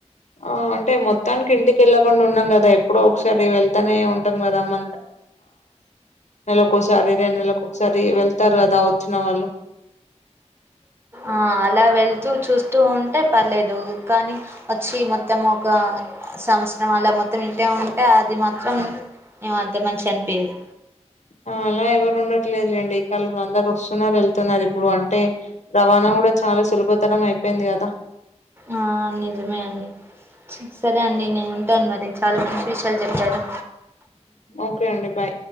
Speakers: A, on the left (about 80°); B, on the right (about 20°).
A: ఆ అంటే మొత్త తనికి ఇంటికెళ్ళకుండా ఉన్నాం కదా ఎప్పుడ ఒకసారి వెళ్తనే ఉంటాం కదా మ నెలకోసారి రెండు నెలక్కొక్కసారి వెళ్తారు కదా వచ్చిన వాళ్ళు
B: ఆ అలా వెళ్తూ చూస్తూ ఉంటే పర్లేదు కానీ వచ్చి మొత్తం ఒక సమస్ సంవత్సరం అల మొత్తం ఇటే ఉంటే అది మాత్రం ఎం అంత మంచిగనిపియ్యదు
A: ఆ అలా ఎవరు ఉండట్లేదులేండి అందరు వస్తున్నారు వెళ్తున్నారు ఇప్పుడు అంటే రవాణా కూడా చాలా సులభ తరం అయిపోయింది కదా
B: ఆ నిజమే అండి సరే అండి నేను ఉంటాను మరి చాలా మంచి విషయాలు చెప్పారు
A: ఓకే అండి బాయ్